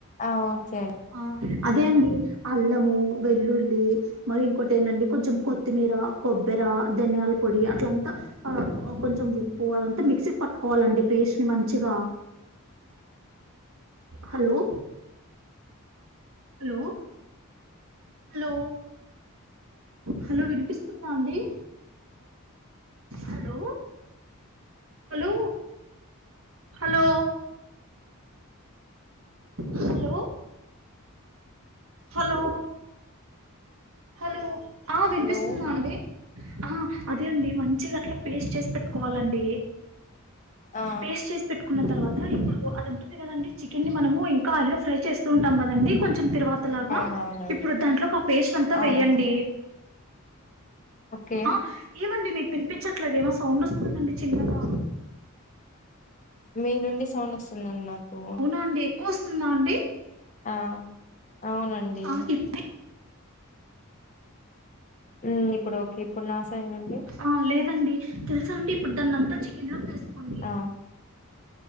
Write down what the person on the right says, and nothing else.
ఆ అదే అండి అల్లము వెల్లుల్లి మరి ఇంకోటి ఏంటంటె కొంచెం కొత్తిమీర కొబ్బర ధనియాల పొడి అట్లంతా ఆ కొంచెం ఉప్పు అదంతా మిక్సీ పట్టుకోవాలండి పేస్ట్ ని మంచిగా హలో హలో హలో హలో వినిపిస్తుందా అండి hello hello hello hello hello hello ఆ వినిపిస్తున్నా
అండి ఆ అదే అండి మంచి గట్లా పేస్ట్ చేసి పెట్టుకోవాలండి
పేస్ట్ చేస్ పెట్టుకున్న తర్వాత ఇప్పుడు అది ఉంటుంది కదండి చికెన్ ని మనము ఇంకా ఆయిల్ ఫ్రై చేస్తూ ఉంటాం కదండి కొంచెం తిర్వ తలాగా
ఇప్పుడు దాంట్లోకి ఆ పేస్ట్ అంతా
వేయండి
ఆ ఏమండి మీకు వినిపించట్లేదు ఏమో సౌండ్ వస్తుందండి చిన్నగా
అవునా అండి వస్తుందా అండి
ఆ ఇప్పుడే
ఆ లేదండి తెలుసా అండి ఇప్పుడు దాన్ని అంతా చికెన్ లో వేసుకోండి